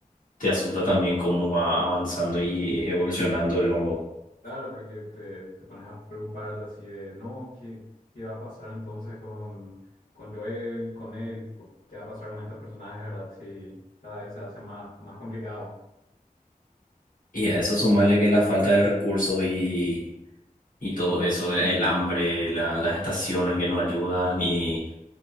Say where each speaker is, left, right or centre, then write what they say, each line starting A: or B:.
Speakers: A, on the left (about 70°); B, on the left (about 85°).
A: te asusta también cómo va avanzando y evolucionando el hongo.
B: Claro, porque te, te pones a preocuparte así de, no, ¿qué, qué va a pasar entonces con, con Joel, con él? Tipo, ¿qué va a pasar con estos personajes, verdad? Si cada vez se hace más, más complicado.
A: Y a eso sumarle que la falta de recursos y, y todo eso, el hambre, la- las estaciones que no ayudan y